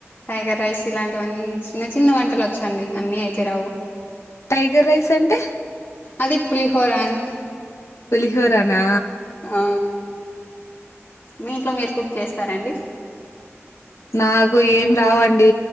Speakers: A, on the left; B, on the left.
A: టైగర్ రైస్ ఇలాంటివన్నీ చిన్న చిన్న వంటలు వచ్చండి అన్ని అయితే రావు
B: టైగర్ రైస్ అంటే
A: అదే పులి హోరా అని
B: పులిహోర నా
A: ఆ మీ ఇంట్లో మీరు కుక్ చేస్తారండి
B: నాకు ఏం రావండి